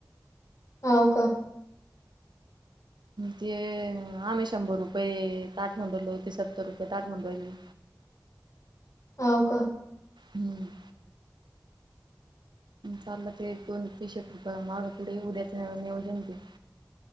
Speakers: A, on the left; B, on the right.
A: हा का?
B: ते आम्ही शंभर रुपये ताठ म्हणून राहिलो, ते सत्तर रुपये ताठ म्हणून राहिले.
A: हो का.
B: हम्म. चालला ते दोन तीशेट रुपया मागं पुढे उद्याच नियोजन ते.